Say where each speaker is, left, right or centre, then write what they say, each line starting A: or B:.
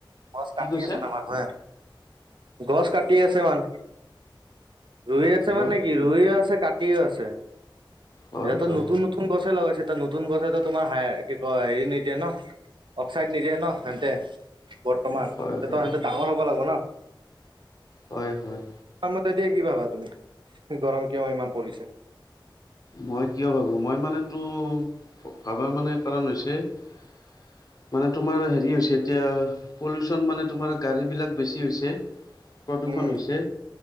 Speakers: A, on the right (about 65°); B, on the left (about 45°).
A: হ
B: কি
A: কাটি
B: কৈছে?
A: আছে ন মানুহে। গছ কাটি আছে মানু ৰুই আছে
B: হেল্ল'
A: মানে কি? ৰুইও আছে কাটিও আছে।
B: হয়
A: এতিয়াতো
B: হয়
A: নতুন নতুন গছে লগাইছে, নতুন গছে তোমাৰ হাই কি কয়, হেৰি নিদিয়ে ন, অক্সাইড নিদিয়ে ন সেহতে বৰ্তমান
B: হয়
A: <unintelligible>
B: হয়
A: ডাঙৰ হ'ব লাগিবনা।
B: হয়, হয়।
A: তোমাৰ মতে দিয়ে কি ভাবা তুমি? গৰম কিয় ইমান পৰিছে?
B: মই কিয় ভাবো, মই মানেতো ভাবাৰ মানে কাৰণ হৈছে <inaudible> মানে তোমাৰ হেৰি হৈছে, এতিয়া পলিউচন মানে তোমাৰ গাড়ী বিলাক বেছি হৈছে প্ৰদূষণ
A: উম
B: হৈছে,